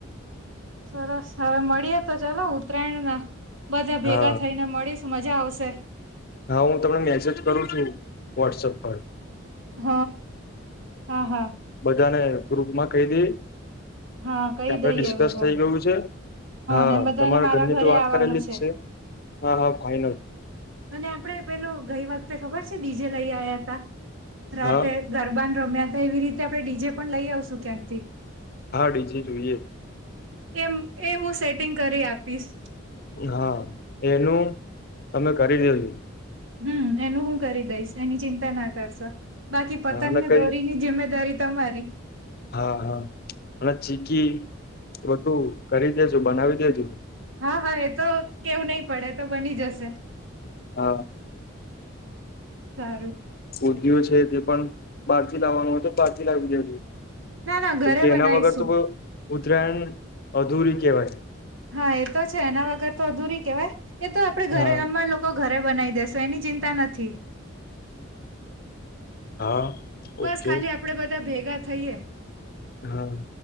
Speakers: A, on the right; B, on the left.
A: સરસ હવે મળીએ તો, ચાલો ઉત્તરાયણના બધા ભેગા
B: હા
A: થઈને મળીશ. મજા આવશે.
B: હા, હું તમને મેસેજ કરું છું, વોટ્સઅપ પર.
A: હ, હા, હા.
B: બધાને ગ્રુપમાં કહી દે
A: હા કહી
B: કે આપડે
A: દઈએ
B: ડિસ્કસ
A: બધા
B: થઈ ગયું છે. હા,
A: ને બધાને
B: તમારા
A: મારા
B: ઘરની
A: ઘરે
B: તો વાત
A: આવવાનું
B: કરેલી જ છે. હા, હા ફાઈનલ.
A: અને આપણે પેલો ગઈ વખતે ખબર છે? ડી જે લઈ આવ્યા હતા, રાત્રે
B: હા
A: ગરબાને રમ્ય એવી રીતે આપણે ડી જે પણ લઈ આવશું, ક્યાંકથી.
B: હા, ડી જે જોઈએ.
A: એમ એ હું સેટિંગ કરી આપીશ.
B: હા, એનું તમે કરી દેજો.
A: હમ્મ એનું હું કરી દઈશ. એની ચિંતા ના કરશો બાકી પતંગને
B: હા અને કઈ
A: દોરીની જિમ્મેદારી તમારી.
B: હા, હા અને ચીકી બધું કરી દેજો બનાવી દેજો.
A: હા, હા એ તો કેવું નહી પડે, એ તો બની જશે.
B: હા.
A: સારું.
B: ઊંધિયું છે તે પણ બહારથી લાવવાનું હોય, તો બહારથી લાવી દેજો.
A: ના ના
B: કેમ
A: ઘરે
B: કે
A: બનાવીશું
B: એના વગર તો ઉત્તરાયણ અધૂરી કેવાય.
A: હા, એ તો છે, એના વગર તો અધૂરી કેવાય એ તો આપણે ઘરે
B: હા
A: અમે લોકો ઘરે બનાવી દેશુ. તો એની ચિંતા નથી.
B: હા.
A: બસ
B: ઓકે
A: ખાલી આપણે બધા ભેગા થઈએે.
B: હા